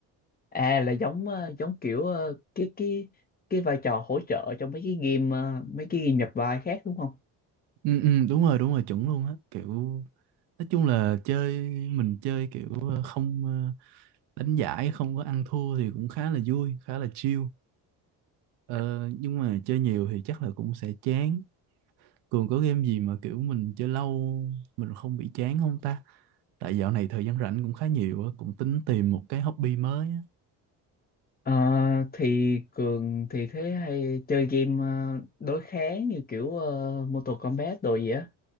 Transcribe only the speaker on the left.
à là giống ờ, giống kiểu ờ, cái cái cái vai trò hỗ trợ trong mấy cái game ờ, mấy cái game nhập vai khác đúng không
Ờ, thì Cường thì thế hay chơi game ờ, đối kháng như kiểu uh, Mortal Kombat đồ gì á